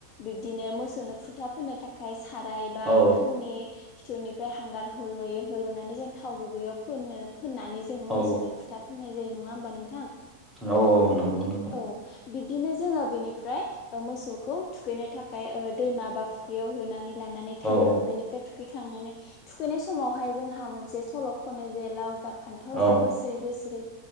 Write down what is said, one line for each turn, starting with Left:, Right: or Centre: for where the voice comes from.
Left: बिबदिनो मोसौनो फुथा फोननो थाखाय साराय बा
Centre: औ
Left: थौनि खिथौनिफ्राय हांगार होल'यो होल'नानै जों थाव गुबैयाव फोनो फोननानै जोङो मोसौनो
Centre: औ
Left: फुथा फुननाय जायो नङा होमबा नोंथां?
Centre: औ औ नंगौ नंगौ।
Left: औ बिब्दिनो जोङो बेनिफ्राय ओ मोसौखौ थुखैनो थाखाय ओ दैमा बा फुख्रियाव होनानै लानानै थाङो
Centre: औ औ
Left: बेनिफ्राय थुखैखांनानै थुखैनाय समावहाय जोंहा मोनसे सल' खनो जे लाव जा फान्थाव
Centre: औ
Left: जा बोसोरै बोसोरै